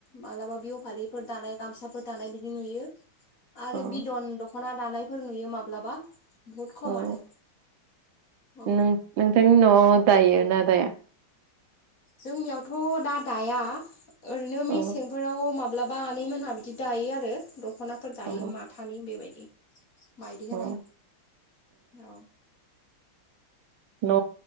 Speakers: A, on the left; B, on the right.
A: मालाबा बिहु फालिफोर दानाय गामसाफोर दानाय बिदि नुयो आरो
B: अ
A: बिदन दख'ना दानायफोर नुयो माब्लाबा। बहुद खम
B: औ
A: आरो औ
B: नोंथांनि न'आव दायो ना दाया?
A: जोंनियावथ' दा दाया ओरैनो मेसेंफोराव
B: औ
A: माबा माब्लाबा आनैमोनहा बिदि दायो आरो दख'नाफोर दायो
B: औ
A: माथानि बेबायदि। माइदि होनाय
B: औ
A: औ।
B: न'